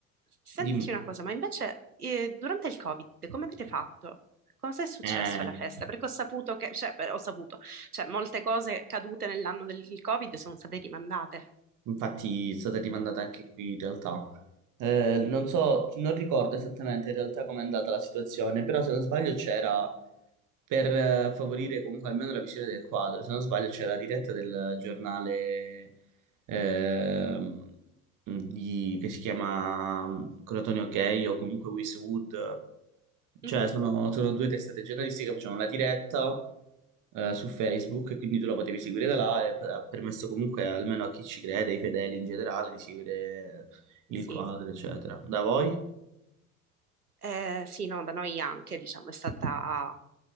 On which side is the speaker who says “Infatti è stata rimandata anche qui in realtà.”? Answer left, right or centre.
Right